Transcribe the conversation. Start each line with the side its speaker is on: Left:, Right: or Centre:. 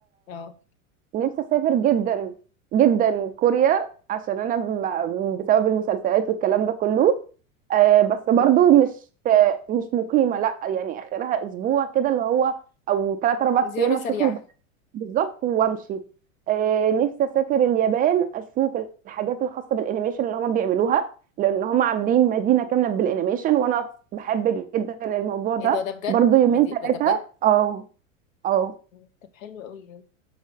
Left: اه
Right: نفسي اسافر جدا جدا كوريا عشان انا ب- بسبب المسلسلات والكلام ده كله آه، بس برضو
Left: مم.
Right: مش مش مقيمة لا يعني اخرها اسبوع كده اللي هو او ثلاث اربع
Left: زياره
Right: ايام
Left: سريعه
Right: اشوف البلد بالظبط وامشي آه، نفسي اسافر اليابان اشوف الحاجات الخاصة بالانيميشن اللي هم بيعملوها لان هم عاملين مدينة كاملة بالانيميشن وانا بحب جدا الموضوع ده
Left: ايه ده ده بجد
Right: برضو يومين
Left: ما دي...
Right: ثلاثة
Left: ده بجد
Right: اه اه
Left: مم. طب حلو قوي